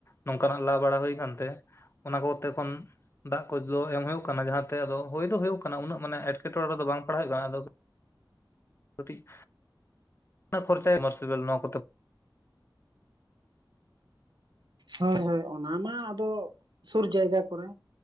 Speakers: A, on the left; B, on the right.
A: ᱱᱚᱝᱠᱟᱱᱟᱜ ᱞᱟ ᱵᱟᱲᱟ ᱦᱩᱭ ᱟᱠᱟᱱᱛᱮ? ᱚᱱᱟ ᱠᱚᱛᱮ ᱠᱷᱚᱱᱚᱱ ᱫᱟᱜ ᱠᱚ ᱮᱢ ᱦᱩᱭᱩᱜ ᱠᱟᱱᱟ ᱡᱟᱦᱟᱸ ᱟᱫᱚ ᱦᱩᱭᱳᱭ ᱫᱚ ᱦᱩᱭᱩᱜ ᱠᱟᱱᱟ, ᱩᱱᱟᱹᱜ ᱢᱟᱱᱮ ᱮᱴᱠᱮᱴᱚᱬᱮ ᱨᱮᱫᱚ ᱵᱟᱝ ᱯᱟᱲᱦᱟᱣ ᱦᱩᱭᱩᱜ ᱠᱟᱱᱟ᱾ ᱟᱫᱚᱼᱼᱼ ᱠᱟᱹ <unintelligible> <unintelligible>
B: ᱦᱳᱭ - ᱦᱳᱭ ᱚᱱᱟ ᱢᱟ ᱟᱫᱚ ᱥᱩᱨ ᱡᱟᱭᱜᱟ ᱠᱚᱨᱮ᱾